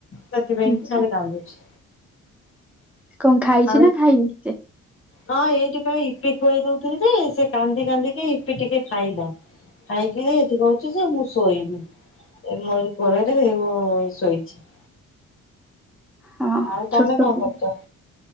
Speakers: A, on the left; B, in the centre.
A: ସେଥିପାଇଁ
B: ଆଚ୍ଛା
A: କି ନହେଲେ କାନ୍ଦୁଛି
B: କଣ ଖାଇଛି
A: ଆଉ
B: ନା ଖାଇନି ସେ
A: ହଁ ଏଇଥିି ପାଇଁ ଇପି ଖୁଆଇ ଦଉଥିଲି ଯେ ସେ କାନ୍ଦି କାନ୍ଦିକି ଇପି ଟିକେ ଖାଇଲା ଖାଇକି ଏଠି କହୁଛି ଯେ ମୁଁ ଶୋଇବି ଏ ମୋରି ପରେରେ ଶୋଇଛି
B: ହଁ
A: ଆଉ
B: ଛୋଟ
A: ତମେ କଣ
B: ପିଲା
A: କରୁଛ?